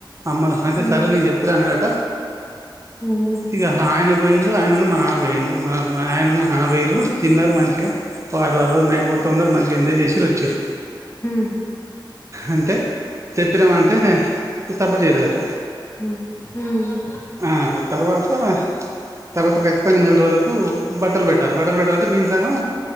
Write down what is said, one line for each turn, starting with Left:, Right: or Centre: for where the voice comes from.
Right: అ అయితే
Left: హ్మ్.
Right: సరే నేను చెప్తలె అన్నడట
Left: హ్మ్.
Right: ఇక ఆయనే పోయి ఆయనను మా నాన పోయిర్రు ఆయనను మా నాన్న పోయిర్రు తిన్నరు మంచిగా ఆ రోజు ఆరోజు నైట్ మొత్తం ఉన్నరు మంచిగా ఎంజాయ్ చేసిర్రు వచ్చిర్రు
Left: హ
Right: అంటే చెప్పినాము అంటే సపోర్ట్ చేయలేదట
Left: హ్మ్. హ్మ్.
Right: ఆ తర్వాత తర్వాత ఖచ్చితంగా నెల రోజులకు బట్టలు పెట్టాలి బట్టలు పెట్టాల నేను సగం